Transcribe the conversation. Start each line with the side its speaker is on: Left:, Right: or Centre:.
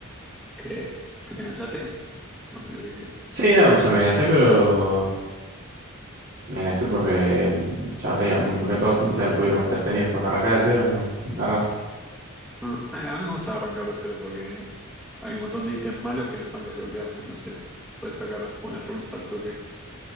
Centre: ¿Qué? ¿Que te enganchaste? No, medio que qué.
Right: Sí, no, o sea, me enganché, pero me enganché porque el chaval tenía un montón de cosas, entonces era un poquito más entretenido. Cuando arrancaba de cero, me agarraba
Centre: Ah, a a mí me gusta arrancar arrancarlo cero porque hay un montón de ítems malos que no están desbloqueados, entonces puedes sacar buenas runes al toque.